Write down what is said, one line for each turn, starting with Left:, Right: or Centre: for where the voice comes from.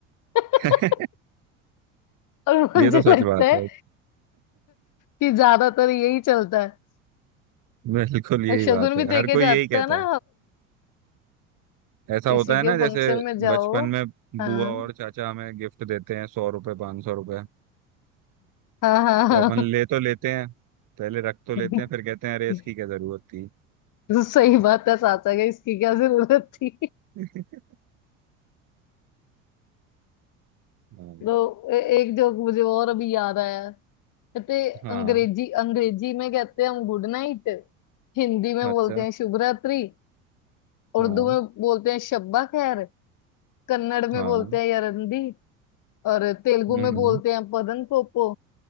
Left: <laughs>
Right: <laughs>
Left: और मुझे
Right: ये तो सच
Left: लगता
Right: बात
Left: है
Right: है
Left: कि ज्यादातर यही चलता है
Right: बिल्कुल यही
Left: और शगुन
Right: बात है
Left: भी देके
Right: हर कोई
Left: जाता
Right: यही कहता
Left: है ना
Right: है ऐसा
Left: किसी
Right: होता है
Left: के
Right: ना जैसे
Left: फंक्शन में जाओ
Right: बचपन में
Left: हाँ
Right: बुआ और चाचा हमें गिफ्ट देते हैं सौ रुपए पाँच सौ रुपए
Left: हाँ हाँ
Right: तो अपन ले तो लेते हैं पहले रख तो लेते
Left: हाँ
Right: हैं फिर कहते हैं अरे इसकी
Left: <laughs>
Right: क्या जरूरत थी
Left: तो सही बात है साचा के इसकी क्या जरूरत थी
Right: <laughs> हाँ
Left: तो ए- एक जोक मुझे और अभी याद आया कहते
Right: हाँ
Left: अंग्रेजी अंग्रेजी में कहते हैं हम गुड नाइट हिंदी में
Right: अच्छा
Left: बोलते हैं शुभ रात्रि उर्दू
Right: हाँ
Left: में बोलते हैं शब्बा खैर कन्नड़ में
Right: हाँ
Left: बोलते हैं यरंदी और तेलुगु
Right: हम्म
Left: में बोलते हैं पदन पोपो